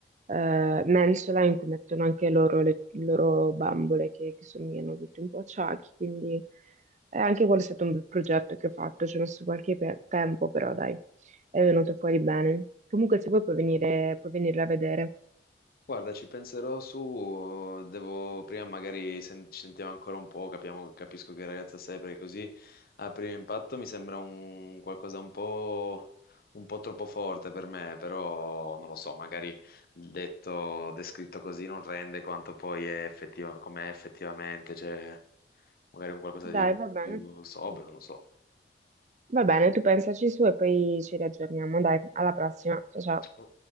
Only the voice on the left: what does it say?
Guarda, ci penserò su, uhm, devo prima magari sen- ci sentiamo ancora un po', capiamo, capisco che ragazza sei, perché così a primo impatto mi sembra un qualcosa un po', un po' troppo forte per me, però non lo so, magari detto, descritto così non rende quanto poi è effettiva, com'è effettivamente, cioè magari un qualcosa di
un
po'
più sobrio, non lo so.
Beh.